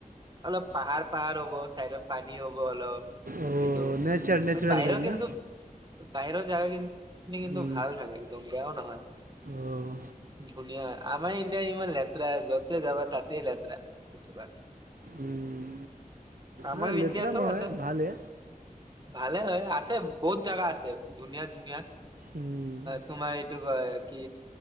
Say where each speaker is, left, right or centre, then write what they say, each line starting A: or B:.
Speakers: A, on the right; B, on the right.
A: অলপ পাহাৰ পাহাৰ হ'ব চাইডত পানী হ'ব অলপ।
B: অঁ
A: কিন্তু
B: নেচাৰ নেচাৰেল
A: বাহিৰৰ
B: টাইপ
A: কিন্তু
B: না
A: বাহিৰৰ জাগা কিন্ কিন্তু
B: উম,
A: ভাল থাকে একদম। বেয়াও নহয়
B: অঁ
A: ধুনীয়া। আমাৰ ইন আ ইমান লেতৰা য'তে যাবা তাতেই লেতৰা সেইটো কাৰণে।
B: উম,
A: আমাৰ
B: নাই লেতেৰা
A: ইণ্ডিয়াতো
B: নহয়
A: আছে
B: ভালে।
A: ভালে হয়, আছে বহুত জাগা আছে। ধুনীয়া ধুনীয়া।
B: উম,
A: তোমাৰ এইটো কয় কি